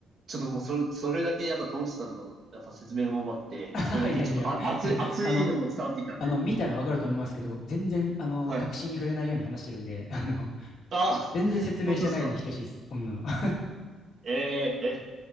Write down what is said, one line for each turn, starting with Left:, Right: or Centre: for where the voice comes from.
Right: ちょっともうそれ、それだけやっぱ、ともしさんのやっぱ説明もうまくて、
Left: <laughs>
Right: それだけちょっとあ、
Left: いやいやいや。<laughs>
Right: 熱い、熱いのも伝わってきたんで。
Left: あの、あの、見たらわかると思いますけど、全然、あの、
Right: はい。
Left: 確信に触れないように話してるんで、<laughs> あの、
Right: ああ、
Left: 全然説明してないに等しいです。
Right: 本当ですか。
Left: こんなの。<laughs>
Right: えー、え、